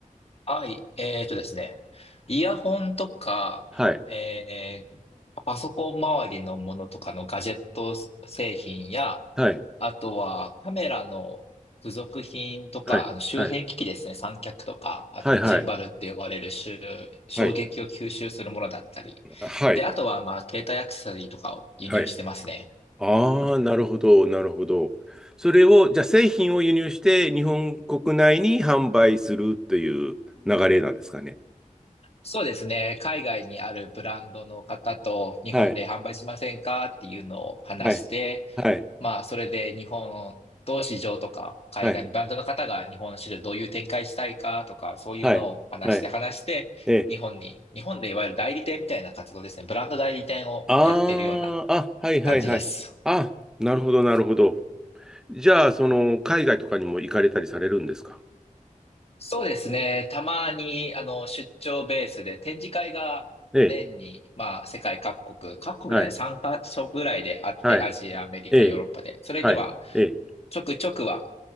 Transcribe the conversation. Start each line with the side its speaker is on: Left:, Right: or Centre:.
Left: はい。えっとですね、イヤホンとか、
Centre: はい、
Left: えーパソコン周りのものとかのガジェット製品や、
Centre: はい、
Left: あとはカメラの付属品とか、
Centre: はい、
Left: あの周辺機器ですね、
Centre: はい、
Left: 三脚とか、あとジンバルって呼ばれる周衝撃を吸収するものだったり。
Centre: はい、はい、はい。はい。
Left: で、あとはまあ携帯アクセサリーとかを輸入してますね。
Centre: はい。ああ、なるほど、なるほど。それを、じゃあ製品を輸入して日本国内に販売するという流れなんですかね。
Left: そうですね、海外にあるブランドの方と日本で販売しませんかっていうのを話して、
Centre: はい、はい、はい、
Left: まあ、それで日本と市場とか、海外のブランドの方が日本の市場どういう展開したいかとか、
Centre: はい、
Left: そういうのを話して話して、
Centre: はい、はい、ええ
Left: 日本に、日本でいわゆる代理店みたいな活動ですね。ブランド代理店をやってるような
Centre: ああ、あ、はいはいはい。
Left: 感じです。
Centre: あ、なるほどなるほど。じゃあ、その、海外とかにも行かれたりされるんですか
Left: そうですね。たまに、あの、出張ベースで展示会が年に、
Centre: ええ、
Left: まあ、世界各国、各国じゃない、
Centre: はい、
Left: 3カ所ぐらいであって、
Centre: はい、
Left: アジア、アメリカ、
Centre: ええ、
Left: ヨーロッパで、それには、
Centre: はい、ええ。
Left: ちょくちょくは